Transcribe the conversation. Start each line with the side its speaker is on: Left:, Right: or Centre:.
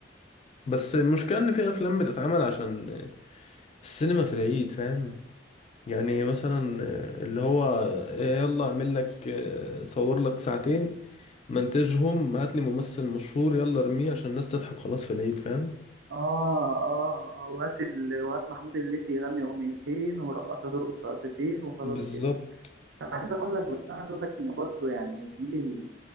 Left: بس المشكلة إن في أفلام بتتعمل عشان السينما في العيد فاهم يعني مثلا اللي هو يلا أعمل لك صور لك ساعتين منتجهم هات لي ممثل مشهور يلا ارميه عشان الناس تضحك خلاص في العيد فاهم
Right: اه اه اه وهات ال... وهات محمود الليثي يغني اغنيتين ورقصها ترقص رقصتين وخلاص
Left: بالظبط
Right: كده بس انا عايز اقول لك بس انا عايز اقول لك ان برضه يعني يا زميلي